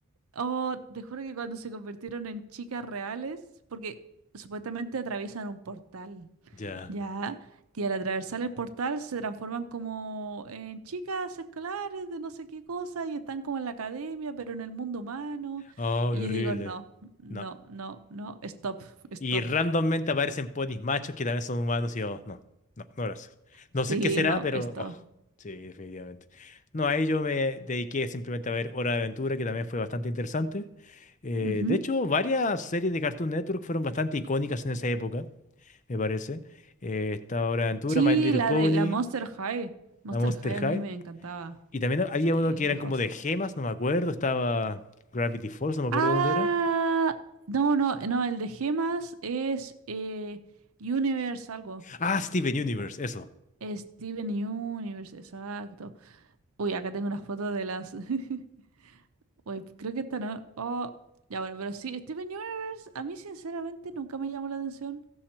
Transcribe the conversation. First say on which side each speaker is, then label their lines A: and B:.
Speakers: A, on the right; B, on the left.
A: oh, te juro que cuando se convirtieron en chicas reales, porque supuestamente atraviesan un portal,
B: Ya.
A: ¿ya? Y al atravesar el portal se transforman como en chicas escolares de no sé qué cosa y están como en la academia, pero en el mundo humano.
B: Oh,
A: Y
B: qué horrible.
A: yo digo, no, no,
B: No.
A: no, no, stop, stop.
B: Y randommente aparecen ponis machos que también son humanos y yo, no, no, no gracias. No
A: Sí,
B: sé qué será,
A: no,
B: pero,
A: stop.
B: oh, sí, definitivamente. No, ahí yo me dediqué simplemente a ver Hora de Aventura, que también fue bastante interesante. Eh,
A: Ujú.
B: de hecho, varias series de Cartoon Network fueron bastante icónicas en esa época, me parece. Eh, esta Hora de Aventura,
A: Sí,
B: My Little
A: la
B: Pony,
A: de la Monster High. Monster
B: La Monster
A: High a
B: High.
A: mí me encantaba.
B: Y también había
A: Sí,
B: uno que
A: lejos.
B: eran como de gemas, no me acuerdo. Estaba Gravity Falls, no me acuerdo
A: Ah,
B: de dónde era.
A: no, no, no, el de gemas es eh, Universe algo.
B: Ah, Steven Universe, eso.
A: Steven Universe, exacto. Uy, acá tengo unas fotos de las... <laughs> Uy, creo que esta no... Oh, ya bueno, pero sí, Steven Universe a mí sinceramente nunca me llamó la atención.